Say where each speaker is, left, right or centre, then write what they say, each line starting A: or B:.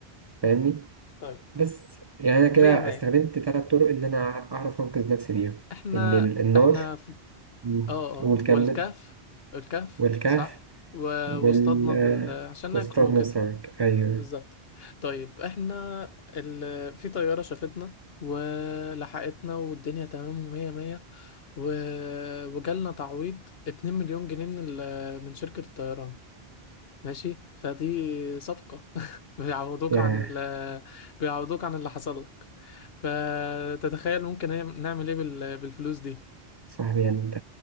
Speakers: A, on the right; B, on the left.
A: فاهمني
B: طيب
A: بس يعني أنا كده
B: مية مية
A: استخدمت تلات طرق إن أنا أعرف أنقذ نفسي بيها
B: احنا
A: إن ال- النار
B: احنا
A: مم.
B: اه
A: والكمل
B: اه والكهف الكهف
A: والكهف
B: صح و...
A: وال
B: واصطادنا
A: آه،
B: بال... عشان
A: واصطاد
B: ناكل وكده
A: السمك أيوه
B: بالظبط طيب احنا ال... في طيارة شافتنا ولحقتنا والدنيا تمام ومية مية و... وجالنا تعويض 2 مليون جنيه من ال... من شركة الطيران ماشي فدي صفقة <laughs> بيعوضوك
A: يا
B: عن ال... بيعوضوك عن اللي حصل لك فتتخيل ممكن نعمل ايه بال... بالفلوس دي
A: صاحبي أنت